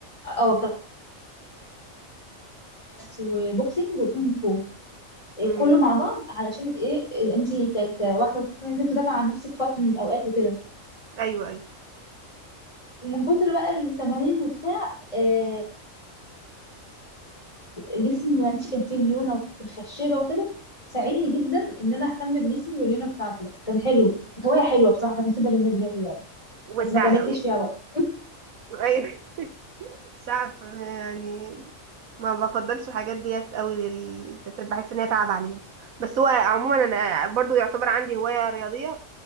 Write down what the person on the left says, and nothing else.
اه كاس وبوكسينج وكونغ فو إيه
كله مع بعض علشان ايه إيه انت ك- كواحده المفروض ان انت تدافع عن نفسك في وقت من الاوقات وكده
ومن كتر بقى التمارين وبتاع إيه جسمي وانت كان فيه ليونه وكنت مخشبه وكده ساعدني جدا ان انا اهتم بجسمي والليونه بتاعته كان حلو كانت هوايه حلوه بصراحه كانت مفيده بالنسبه لي يعني
بس ما
كملتش
فيها وقت